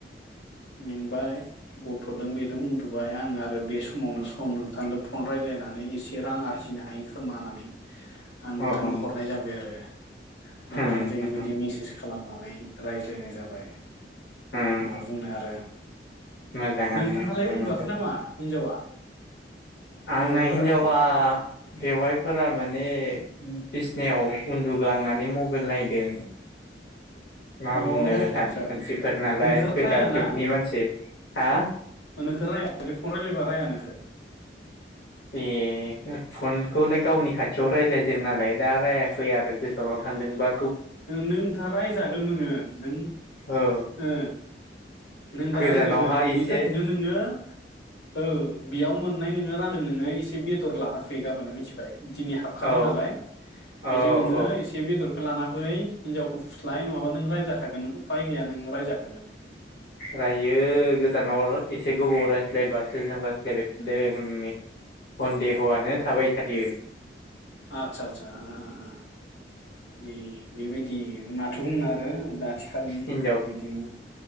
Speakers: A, on the left (about 85°); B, on the left (about 65°).
A: मेंबाय गथ'दों बेदों उन्दुबाय आं आरो बे सम समावनो सम नोंथांजों फन रायज्लायनानै एसे रां आरजिनो हायो खोमा होननानै आं नोंथांनो
B: औ औ
A: हरनाय जाबाय आरो नोंथांजों
B: उम
A: बिदि मेसेज खालाम रायज्लायनाय जाबाय।
B: उम
A: मा बुंनो आरो
B: मोजाङानो
A: नोंथाङालाय उन्दुआखै
B: मोजां
A: नामा हिनजावा?
B: आंना
A: बेवाइफोरा
B: हिनजावा बेवहायफोरा माने बिसनायाव उन्दुग्लांनानै मबाइल नायदों। मा
A: अ आस्सा
B: बुंनो दानि मानसिफोर नालाय
A: नोंख रायाना
B: गोदान जुगनि मानसि हा
A: नोंख रायाया जुदि फन रायलायबा रायाना? ओ <inaudible>
B: ए फनखौलाय गावनि खाथियाव राय्लायदों नालाय दा रायाखै आरो गोजानाव थांदोंबा
A: नोंथाङा रायजागोन नोङो नों
B: औ
A: ओ नों दा
B: गोजानावहा
A: रायजागोन बिनि
B: एसे
A: थाखायनो नोङो औ बेयाव मोननाय नोङो रांदों नोङो एसे बेदर लाना फै गाबोननो मिथिबाय। दिनै हाबखादों
B: औ
A: नालाय बेजों
B: औ
A: नोङो
B: औ
A: एसे बेदरखौ खो‌ लाना फै हिन्जावखौ फुस्लाय नङाबा नों रायजा खा गोन उफाय गैया नों रायजाखागोन।
B: रायो गोजानाव एसे गोबाव रायज्लायबा सोरजों रायज्लायबाय था दों होन्नानै। सन्देहआनो थाबाय थायो।
A: आतसा आतसा ओ ओ। ए बेबायदि माथो बुंनो आरो दा आथिखालनि
B: हिनजाव
A: बिदिनो